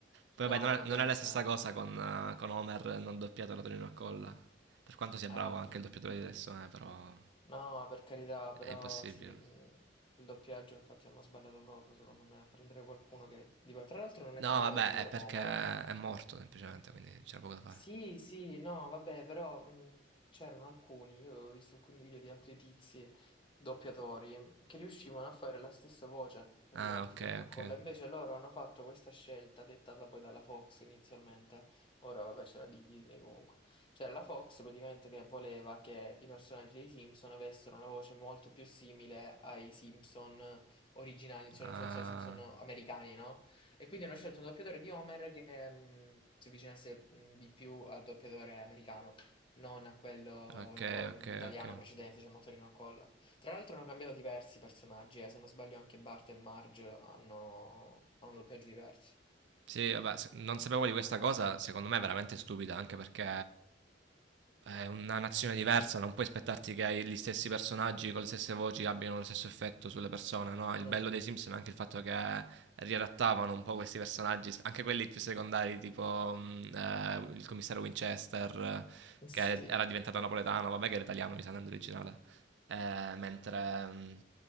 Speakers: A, on the right; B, on the left.
A: Poi
B: No,
A: vabbè, non
B: vabbè,
A: è, non è la
B: cioè,
A: stessa cosa con, eh, con Homer non doppiato da Tonino Accolla. Per quanto sia bravo
B: eh,
A: anche il doppiatore di adesso, eh, però
B: no, per carità, però
A: è impossibile.
B: sì, mh, il doppiaggio infatti hanno sbagliato proprio, secondo me, a prendere qualcuno che... di- Tra l'altro non
A: No,
B: è cambiato
A: vabbè,
B: solo
A: è perché
B: Homer, eh.
A: è morto semplicemente, quindi c'era poco da fare.
B: Sì, sì, no, vabbè, però mh, c'erano alcuni, io ho visto alcuni video di altri tizi doppiatori che riuscivano a fare la stessa voce, praticamente
A: Ah, ok,
B: Tonino Accolla.
A: ok.
B: Invece loro hanno fatto questa scelta dettata poi dalla Fox inizialmente. Ora vabbè c'era Disney comunque. C'era la Fox praticamente che voleva che i personaggi dei Simpson avessero una voce molto più simile ai Simpson originali, cioè
A: Ah,
B: nel senso ai Simpson americani, no? E quindi hanno scelto un doppiatore di Homer che mh, si avvicinasse mh, di più al doppiatore americano, non a quello
A: ok,
B: una co- mh,
A: ok,
B: italiano
A: ok.
B: precedente, diciamo Tonino Accolla. Tra l'altro hanno cambiato diversi personaggi, eh, se non sbaglio anche Bart e Marge hanno, hanno doppiaggi diversi.
A: Sì, vabbè, se- non sapevo di questa cosa, secondo me è veramente stupida, anche perché è una nazione diversa, non puoi aspettarti che i- gli stessi personaggi con le stesse voci abbiano lo stesso effetto sulle persone, no?
B: Mm,
A: Il bello dei Simpson è anche il fatto che riadattavano un po' questi personaggi, anche quelli più secondari, tipo mh, eh, il commissario Winchester, eh,
B: <laughs> sì.
A: che era diventato napoletano, vabbè che era italiano, mi sa, non è originale, Eh, mentre mh,